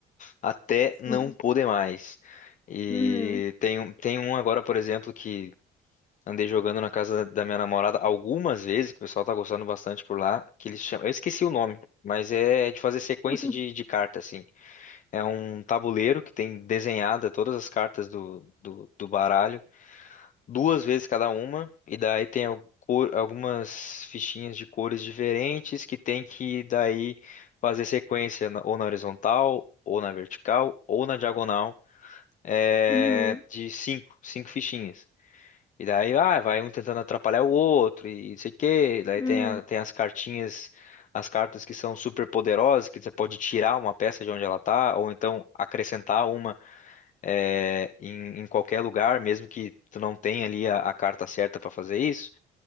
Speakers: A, on the left; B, on the left.
A: até não
B: sim.
A: poder mais. E
B: Uhum,
A: tem, um- tem um agora, por exemplo, que andei jogando na casa da minha namorada algumas vezes, que o pessoal tá gostando bastante por lá, que eles chamam, eu esqueci o nome, mas é de fazer sequência
B: <laughs>
A: de, de carta, assim. É um tabuleiro que tem desenhada todas as cartas do, do, do baralho, duas vezes cada uma, e daí tem al- cor- algumas fichinhas de cores diferentes que tem que daí fazer sequência na- ou na horizontal, ou na vertical, ou na diagonal é,
B: uhum,
A: de cinco, cinco fichinhas. E daí ah, vai um tentando atrapalhar o outro e não sei o quê. Daí
B: uhum,
A: tem, a- tem as cartinhas, as cartas que são super poderosas, que você pode tirar uma peça de onde ela tá, ou então acrescentar uma é, em, em qualquer lugar, mesmo que tu não tenha ali a, a carta certa para fazer isso.